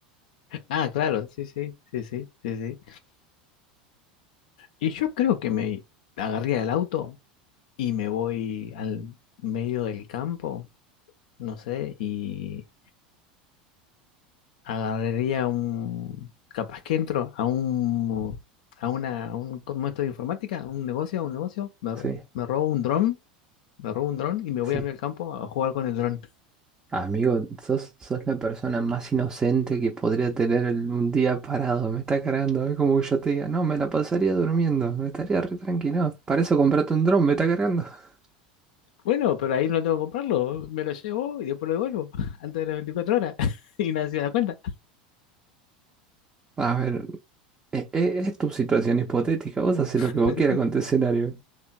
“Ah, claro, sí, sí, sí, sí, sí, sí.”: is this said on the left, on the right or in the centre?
Left